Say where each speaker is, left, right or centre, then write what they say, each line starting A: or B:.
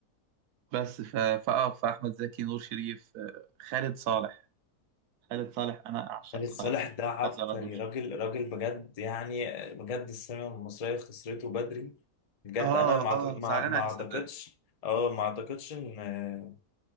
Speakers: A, on the right; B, on the left.
A: بس ف... فاه فاحمد زكي نور شريف آه، خالد صالح خالد صالح انا اعشق
B: خالد صالح ده عبقري
A: هذا الرجل
B: راجل راجل بجد يعني بجد السينما المصرية خسرته بدري بجد
A: اه
B: أنا ما
A: اه
B: أعت- ما
A: زعلان
B: ما
A: عليه
B: أعتقدش
A: صدقني
B: اه ما أعتقدش إن